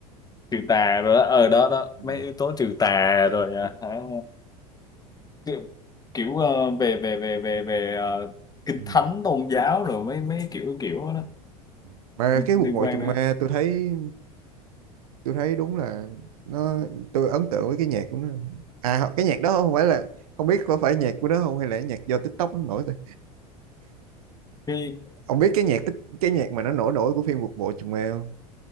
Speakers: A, on the left; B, on the right.
A: trừ tà rồi đó ở đó đó
B: Ừ.
A: mấy yếu tố trừ tà rồi à, hả? kiểu, kiểu ờ, về về về về về ờ, kinh
B: ừ.
A: thánh tôn giáo rồi mấy mấy kiểu kiểu đó
B: Ừ. mà
A: liên,
B: cái cuộc
A: liên
B: ngồi
A: quan
B: trùng
A: nữa
B: ma tôi thấy tôi thấy đúng là nó tôi ấn tượng với cái nhạc của nó à ho- cái nhạc đó không phải là không biết có phải nhạc của nó không hay là nhạc do TikTok nó nổi thôi
A: cái
B: ông biết cái nhạc tích cái nhạc mà nó nổi nổi của phim cuộc bộ trùng ma không